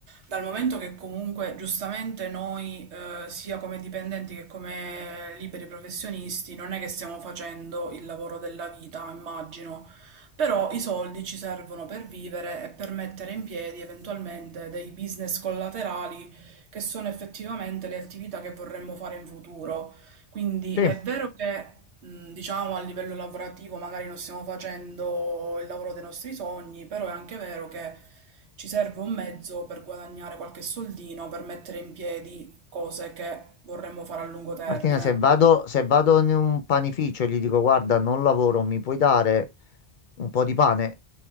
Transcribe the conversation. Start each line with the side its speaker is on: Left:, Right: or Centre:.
Right: dal momento che comunque giustamente noi, eh, sia come dipendenti che come liberi professionisti, non è che stiamo facendo il lavoro della vita, immagino, però i soldi ci servono per vivere e per mettere in piedi eventualmente dei business collaterali che sono effettivamente le attività che vorremmo fare in futuro. Quindi
Left: Te
Right: è vero che, mh, diciamo, a livello lavorativo magari non stiamo facendo il lavoro dei nostri sogni, però è anche vero che ci serve un mezzo per guadagnare qualche soldino, per mettere in piedi cose che vorremmo fare a lungo termine.
Left: Martina, se vado, se vado in un panificio e gli dico, guarda, non lavoro, mi puoi dare un po' di pane?